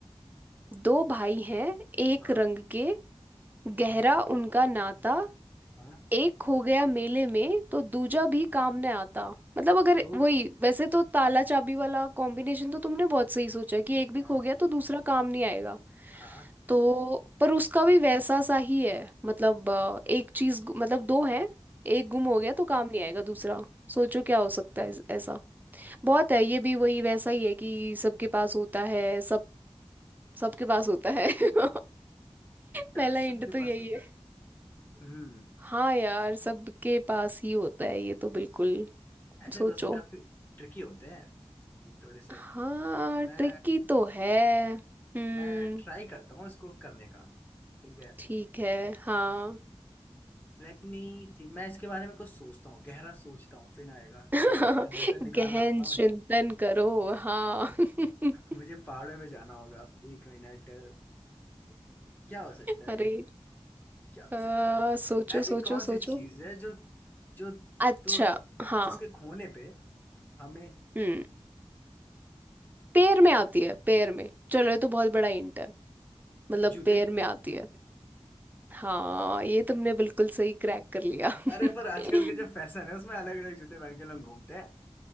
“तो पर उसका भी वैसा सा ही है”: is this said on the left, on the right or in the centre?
Right